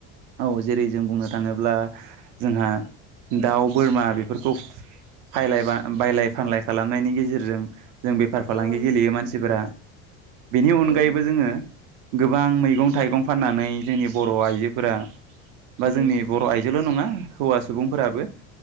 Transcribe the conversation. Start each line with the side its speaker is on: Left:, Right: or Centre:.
Right: औ जेरै जों बुंनो थाङोब्ला जोंहा दाउ बोरमा बेफोरखौ फायलाय बा बायलाय फानलाय खालामनायनि गेजेरजों जों बेफार फालांगि
Left: ओं
Right: गेलेयो मानसिफोरा बेनि अनगायैबो
Left: औ
Right: जोङो गोबां मैगं थाइगं फाननानै जोंनि बर‌ आइजोफोरा बा
Left: उम
Right: जोंनि बर आयजोल नङा हौवा सुबुंफोराबो